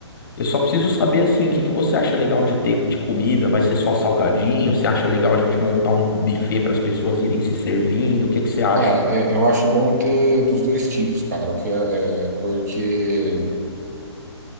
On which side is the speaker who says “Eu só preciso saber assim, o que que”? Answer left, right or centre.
Left